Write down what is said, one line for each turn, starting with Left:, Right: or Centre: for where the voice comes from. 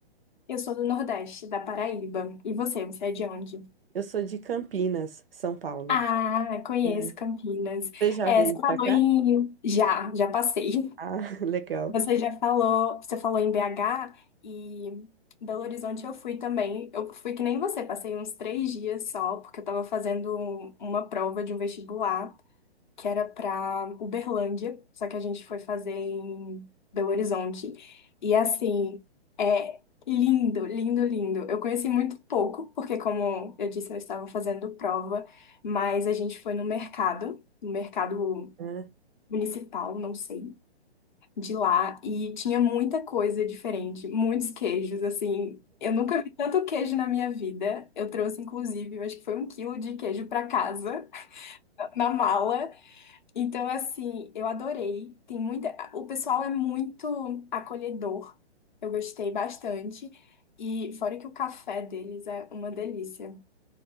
Left: Eu sou do Nordeste, da Paraíba. E você, você é de onde?
Right: Eu sou de Campinas, São Paulo.
Left: Ah, conheço
Right: É.
Left: Campinas.
Right: Você já
Left: É,
Right: veio
Left: você falou
Right: para cá?
Left: em... Já, já passei.
Right: Ah, <laughs> legal.
Left: Você já falou, você falou em BH e em Belo Horizonte eu fui também. Eu fui que nem você, passei uns três dias só, porque eu tava fazendo uma prova de um vestibular. que era pra Uberlândia, só que a gente foi fazer em Belo Horizonte. E assim, é lindo, lindo, lindo. Eu conheci muito pouco, porque como eu disse, eu estava fazendo prova, mas a gente foi no mercado, no mercado
Right: É.
Left: municipal, não sei, de lá, e tinha muita coisa diferente, muitos queijos, assim. Eu nunca vi tanto queijo na minha vida. Eu trouxe, inclusive, eu acho que foi um quilo de queijo pra casa, na mala. Então, assim, eu adorei. Tem muita. O pessoal é muito acolhedor. Eu gostei bastante. E fora que o café deles é uma delícia.